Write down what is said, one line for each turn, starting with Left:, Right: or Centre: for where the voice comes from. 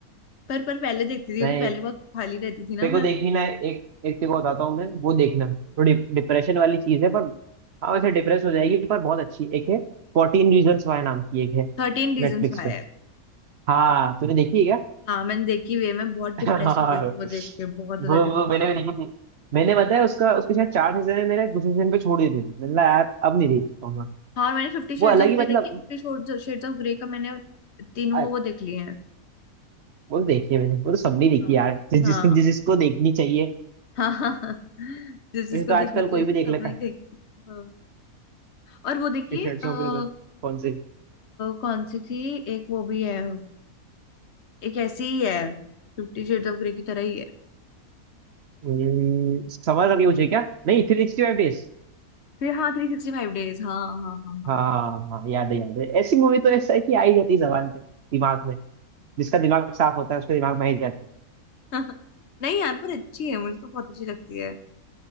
Left: पर पर पहले देखती थी क्योंकि
Right: मैं
Left: पहले बहुत खाली रहती थी ना
Right: देखो
Left: मैं
Right: देखी ना एक एक तेको बताता हूँ मैं वो देखना थोड़ी डिप्रेशन वाली चीज है पर हाँ वैसे डिप्रेस हो जाएगी पर बहुत अच्छी एक है फोर्टीन रीजन्स वाई नाम की एक है
Left: थर्टीन रीजंस
Right: नेटफ्लिक्स
Left: वाई
Right: पे
Left: है
Right: हाँ तूने देखी है क्या
Left: हाँ मैंने देखी वे मैं बहुत
Right: <laughs>
Left: डिप्रेस
Right: हाँ
Left: हो गई थी
Right: वो
Left: वो देख के बहुत ज्यादा डिप्रेस
Right: वो मैंने भी देखी थी मैंने बताया उसका उसके शायद चार सीजन है मैंने दूसरे सीजन पे छोड़ दिए थे मैंने कहा, यार अब नहीं देख पाऊंगा
Left: हाँ और मैंने फिफ्टी शेड्स
Right: वो अलग
Left: ऑफ
Right: ही
Left: ग्रे
Right: मतलब
Left: देखी फिफ्टी शेड्स ऑफ ग्रे का मैंने तीनों
Right: आ,
Left: वो देख लिए हैं
Right: वो तो देखी है मैंने वो तो सबने देखी
Left: हाँ
Right: यार जिस
Left: हाँ
Right: जिस जिसको देखनी चाहिए
Left: <laughs> हाँ हाँ हाँ जिस जिसको
Right: वैसे तो
Left: देखनी
Right: आजकल
Left: चाहिए
Right: कोई
Left: उसे
Right: भी देख
Left: सबने
Right: लेता है
Left: देख लिया हाँ और वो देखिए
Right: टी शर्ट्स
Left: अ,
Right: वगैरह
Left: अ,
Right: कौन से
Left: कौन सी थी एक वो भी है एक ऐसी ही है फिफ्टी शेड्स ऑफ ग्रे की तरह ही है
Right: हम्म, समर करके मुझे क्या नहीं थ्री सिक्सटी फाइव डेज
Left: फिर हाँ थ्री सिक्सटी फाइव डेज हाँ हाँ हाँ
Right: हाँ
Left: हाँ
Right: हाँ याद है याद है ऐसी मूवी तो ऐसा है कि आ ही जाती है जबान पे दिमाग में जिसका दिमाग साफ
Left: हाँ
Right: होता है उसके
Left: हाँ,
Right: दिमाग में आ ही जाती
Left: हाँ। हाँ। नहीं यार पर अच्छी है मुझे तो बहुत अच्छी लगती है